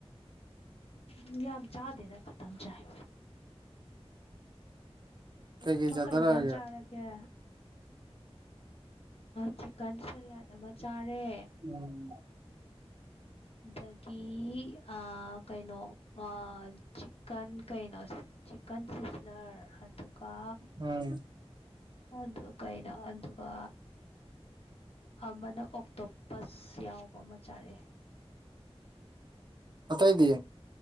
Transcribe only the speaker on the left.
ꯎꯝ ꯌꯥꯝ ꯆꯥꯗꯦꯗ ꯈꯇꯝ ꯆꯥꯢ
ꯅꯪ
ꯀꯩꯟꯖꯥꯡ ꯆꯥꯔ ꯒꯦ ꯆꯤꯛꯀꯟ ꯁꯂꯦꯠ ꯑꯃ ꯆꯥꯔꯦ
ꯑꯗꯒꯤ ꯑ ꯀꯩꯅꯣ ꯑ ꯆꯤꯛꯀꯟ ꯀꯩꯅꯣ ꯆꯤꯛꯀꯟ ꯁꯤꯁꯂꯔ ꯑꯗꯨꯒ
ꯑꯗꯨ ꯀꯩꯅꯣ ꯑꯗꯨꯒ ꯑꯃꯅ ꯑꯣꯛꯇꯣꯞꯄꯁ ꯌꯥꯎꯕ ꯑꯃ ꯆꯥꯔꯛꯑꯦ